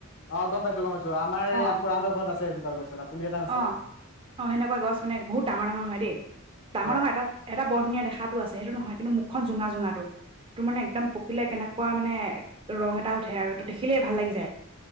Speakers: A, on the left (about 60°); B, on the right (about 25°).
A: অ গম পাইছো গম পাইছো আমাৰ
B: অ',
A: এইয়া খুৰাহঁতৰ ঘৰত আছে এনেকুৱা গছ এটা পুলি এটা আছে
B: অ' অহ সেনেকুৱা গছ মানে বহুত ডাঙৰ ডাঙৰ হয় দেই ডাঙৰ
A: হয়
B: ডাঙৰ এটা এটা বৰ ধুনীয়া দেখাটো আছে সেইটো নহয়। কিন্তু মুখখন জোঙা জোঙাটো তোৰ মানে একদম। পকিলে কেনেকুৱা মানে ৰং এটা উঠে আৰু এইটো দেখিলেই ভাল লাগি যায়।